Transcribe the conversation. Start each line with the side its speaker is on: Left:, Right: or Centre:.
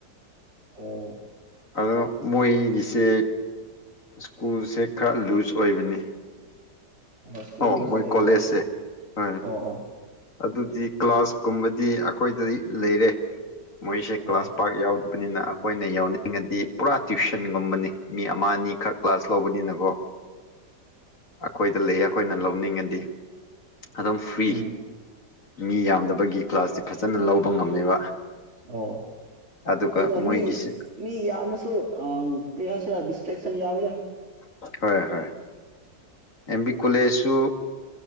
Right: ꯑꯣ
Left: ꯑꯗꯣ ꯃꯣꯏꯒꯤꯁꯦ ꯁ꯭ꯀꯨꯜꯁꯦ ꯈꯔ ꯂꯨꯖ ꯑꯣꯏꯕꯅꯤ
Right: ꯁꯀꯨꯜ
Left: ꯑꯣ
Right: ꯂꯣꯁ
Left: ꯃꯣꯏ
Right: ꯑꯣꯏꯕ꯭ꯔ
Left: ꯀꯣꯂꯦꯖꯁꯦ ꯍꯣꯏ
Right: ꯑꯣ
Left: ꯑꯗꯨꯗꯤ ꯀ꯭ꯂꯥꯁꯀꯨꯝꯕꯗꯤ ꯑꯩꯈꯣꯏꯗ ꯂꯩꯔꯦ ꯃꯣꯏꯁꯦ
Right: ꯑꯣ
Left: ꯀ꯭ꯂꯥꯁ ꯄꯥꯛ ꯌꯥꯎꯗꯕꯅꯤꯅ ꯑꯩꯈꯣꯏꯅꯦ ꯌꯥꯎꯅꯤ ꯅꯤꯡꯉꯗꯤ ꯄꯨꯔꯥ ꯇ꯭ꯋꯁꯟꯒꯨꯝꯕꯅꯤ ꯃꯤ ꯑꯃ ꯑꯅꯤꯈꯛ ꯀ꯭ꯂꯥꯁ ꯂꯧꯕꯅꯤꯅꯀꯣ ꯑꯩꯈꯣꯏꯗ ꯂꯩ ꯑꯩꯈꯣꯏꯅ ꯂꯧꯅꯤꯡꯉꯗꯤ ꯑꯗꯨꯝ ꯐ꯭ꯔꯤ
Right: ꯎꯝ
Left: ꯃꯤ ꯌꯥꯝꯗꯕꯒꯤ ꯀ꯭ꯂꯥꯁꯁꯤ ꯐꯖꯅ ꯂꯧꯕ ꯉꯝꯃꯦꯕ
Right: ꯑꯣ
Left: ꯑꯗꯨꯒ
Right: ꯏꯗ
Left: ꯃꯣꯏꯒꯤꯁꯤ
Right: ꯃꯤ ꯃꯤ ꯌꯥ ꯌꯥꯝꯃꯁꯨ ꯄ ꯍꯥꯏꯁꯤꯗꯤꯁꯇ꯭ꯔꯁꯟ ꯌꯥꯃ
Left: ꯍ ꯍꯣꯏ ꯑꯦꯝ ꯕꯤ ꯀꯣꯂꯦꯖꯁꯨ